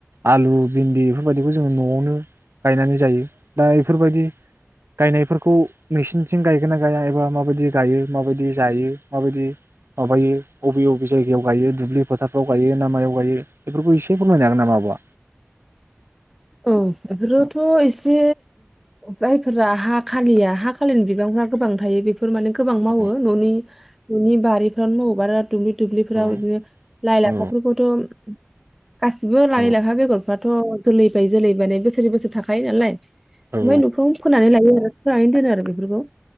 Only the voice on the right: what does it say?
आलु भिन्दि बेफोरबायदिखौ जोङो न'आवनो गायनानै जायो दा बेफोरबायदि गायनायफोरखौ नोंसिनिथिं गायगोन ना गाया एबा माबायदि गायो माबायदि जायो माबायदि माबायो अबे अबे जायगायाव गायो दुब्लि फोथारफ्राव गायो ना मायाव गायो बेफोरखौ इसे फोरमायनो हागोन नामा आब'आ?
औ
औ
औ
औ
औ